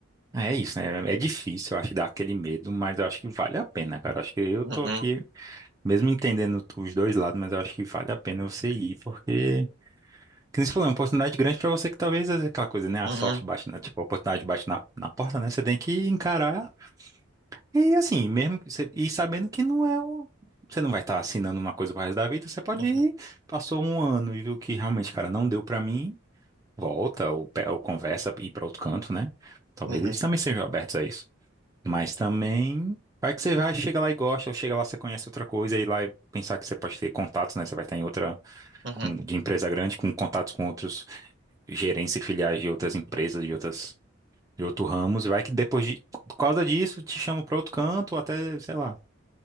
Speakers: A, on the right; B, on the right.
A: É isso, né? É difícil, eu acho, dar aquele medo, mas eu acho que vale a pena, cara. Eu acho que eu
B: Uhum,
A: tô aqui, mesmo entendendo os dois lados, mas eu acho que vale a pena você ir, porque. como você falou, é uma oportunidade grande pra você que talvez é aquela coisa, né? A
B: uhum,
A: sorte bate na, tipo, a oportunidade bate na, na porta, né? Você tem que encarar E assim, mesmo que você, e sabendo que não é o, você não vai estar assinando uma coisa pro resto da vida, você pode
B: uhum,
A: ir, passou um ano e viu que realmente, cara, não deu pra mim, volta ou, pe- ou conversa e ir pra outro canto, né? Talvez
B: uhum,
A: eles também sejam abertos a isso. Mas também, vai que você vai, chega lá e gosta, ou chega lá você conhece outra coisa e lá e pensar que você pode ter contatos, né? Você vai estar em outra
B: uhum.
A: com- de empresa grande, com contatos com outros gerentes e filiais de outras empresas, de outras de outros ramos, e vai que depois de, por causa disso te chamam pra outro canto, ou até, sei lá,